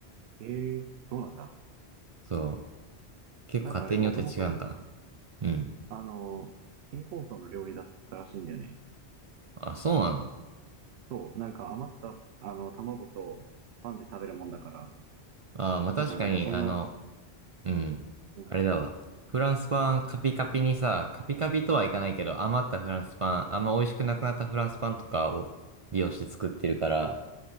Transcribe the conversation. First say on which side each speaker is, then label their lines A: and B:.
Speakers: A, on the right; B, on the right.
A: ええそうなんだ。
B: そう。結構家庭によって違うんかな。
A: なんかあれ、もともと、
B: うん。
A: あの、貧困層の料理だったらしいんだよね。
B: あ、そうなの。
A: そう。なんか余った、あの、卵とパンで食べるもんだから。
B: あー、まあ、確かに、
A: だからなんかそんな、
B: あの、うん。
A: うん。
B: あれだわ。フランスパンカピカピにさ、カピカピとはいかないけど、余ったフランスパン、あんま美味しくなくなったフランスパンとかを利用して作ってるから、